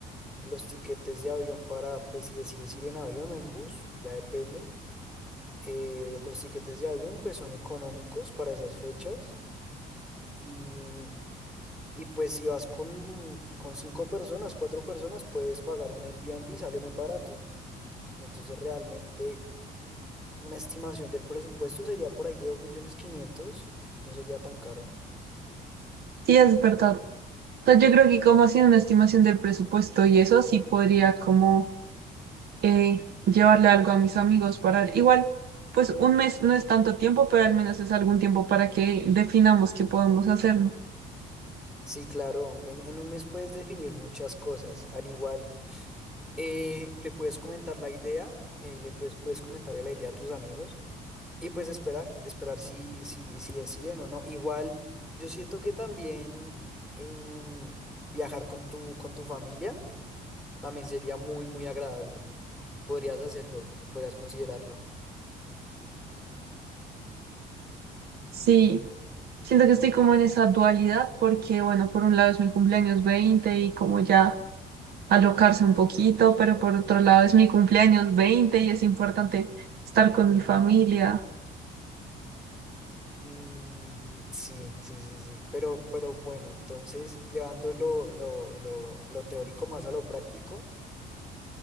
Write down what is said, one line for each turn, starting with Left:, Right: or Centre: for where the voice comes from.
Centre: los tiquetes de avión para, pues si decides ir en avión o en bus, ya depende eh, los tiquetes de avión pues son económicos para esas fechas y, y, pues si vas con, con cinco personas, cuatro personas, puedes pagar un Airbnb, sale muy barato. Entonces realmente una estimación del presupuesto sería por ahí de 2.500.000, no sería tan caro.
Right: Sí, es verdad. O sea, yo creo que como haciendo una estimación del presupuesto y eso, sí podría como eh, llevarle algo a mis amigos para, igual, pues un mes no es tanto tiempo, pero al menos es algún tiempo para que definamos qué podemos hacer, ¿no?
Centre: Sí, claro, en, en un mes puedes definir muchas cosas. Al igual, eh, le puedes comentar la idea, eh, le puedes, puedes comentarle la idea a tus amigos Y pues esperar, esperar si, si, si deciden o no. Igual, yo siento que también em, viajar con tu, con tu familia también sería muy, muy agradable. Podrías hacerlo, podrías considerarlo.
Right: Sí, siento que estoy como en esa dualidad porque, bueno, por un lado es mi cumpleaños 20 y como ya alocarse un poquito, pero por otro lado es mi cumpleaños 20 y es importante estar con mi familia.
Centre: Mm, sí, sí, sí, sí. Pero, pero bueno, entonces, llevando lo, lo, lo, lo teórico más a lo práctico,